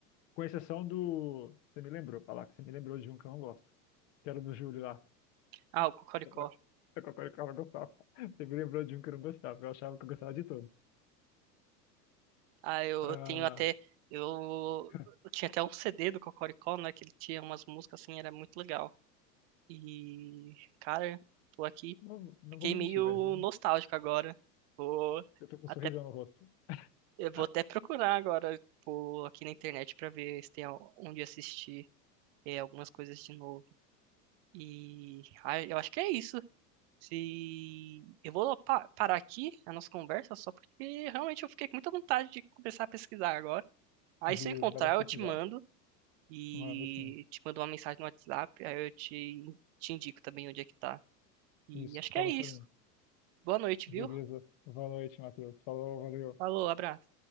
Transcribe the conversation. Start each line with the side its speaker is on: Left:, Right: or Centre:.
Left: com exceção do. Você me lembrou, falar que você me lembrou de um que eu não gosto, que era do Júlio lá.
Right: Ah, o Cocoricó.
Left: <laughs> Eu, eu, eu, eu não gostava. Você me lembrou de um que eu não gostava, eu achava que eu gostava de todo.
Right: Ah, eu,
Left: Ah,
Right: eu tenho até, eu,
Left: <laughs>
Right: eu tinha até um CD do Cocoricó, né, que ele tinha umas músicas assim, era muito legal. E, cara, tô aqui,
Left: não, não
Right: fiquei
Left: vou mentir,
Right: meio
Left: mas assim,
Right: nostálgico agora. Vou
Left: eu tô com um
Right: até
Left: sorrisão no rosto.
Right: Eu vou
Left: <laughs>
Right: até procurar agora, tipo, aqui na internet pra ver se tem al- onde assistir é, algumas coisas de novo. E ah, eu acho que é isso. Se eu vou pa- parar aqui a nossa conversa só porque realmente eu fiquei com muita vontade de começar a pesquisar agora. Aí
Left: Beleza,
Right: se eu encontrar,
Left: vai lá pesquisar.
Right: eu te mando e
Left: Manda assim.
Right: te mando uma mensagem no WhatsApp, aí eu te, te indico também onde é que tá. E
Left: Isso,
Right: acho que
Left: fala
Right: é isso.
Left: pra mim.
Right: Boa noite,
Left: Beleza,
Right: viu?
Left: boa noite, Matheus. Falou, valeu.
Right: Falou, abraço.